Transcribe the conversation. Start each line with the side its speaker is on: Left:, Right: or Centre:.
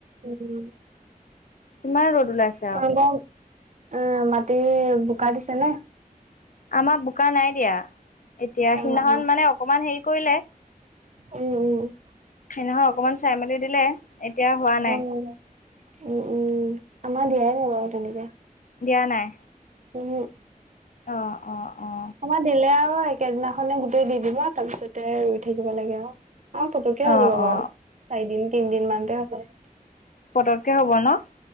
Right: উম'।
Left: কিমান ৰ'দ ওলাইছ।
Right: তোমালকৰ মাটি বোকা দিছেনে?
Left: আমাৰ বোকা নাই দিয়া, এতিয়া
Right: অ
Left: সিদিনাখন
Right: অ
Left: মানে অকমান হেৰি কৰিলে।
Right: উম' উম'।
Left: সেইদিনাখন অকমান চাই মেলি দিলে। এতিয়া হোৱা নাই
Right: অ' উম উম আমাৰ দিয়াই নাই বাৰু তেনেকে।
Left: দিয়া নাই।
Right: ওহোঁ।
Left: অ' অ' অ'।
Right: আমাৰ দিলে আৰু, একেদিনাখনে গোটেই দি দিব আৰু তাৰপিছতে ৰুই থাকিব লাগে আও। অ' পতুকে হৈ
Left: অ অ
Right: যাব
Left: অ
Right: বাৰু, চাৰিদিন তিনদিন মানতে হৈ যায়।
Left: পতককে হব ন'?